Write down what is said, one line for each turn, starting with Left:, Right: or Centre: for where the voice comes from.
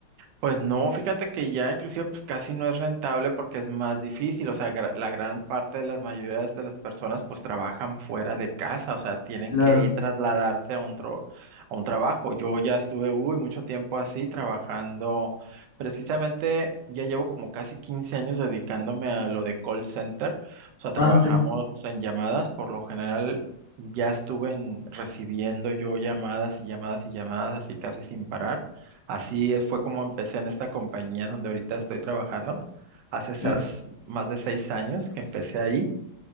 Right: Pues no, fíjate que ya inclusive pues casi no es rentable porque es más difícil, o sea, gra- la gran parte de las mayorías de las personas pues trabajan fuera de casa, o sea, tienen
Left: claro.
Right: que ir trasladarse a un, tro- a un trabajo. Yo ya estuve, uy, mucho tiempo así trabajando, precisamente ya llevo como casi 15 años dedicándome a lo de call center, o sea, trabajamos
Left: Ah, sí,
Right: en llamadas, por lo general ya estuve en- recibiendo yo llamadas y llamadas y llamadas así casi sin parar. Así eh, fue como empecé en esta compañía donde ahorita estoy trabajando. Hace esas
Left: claro,
Right: más de seis años que empecé ahí.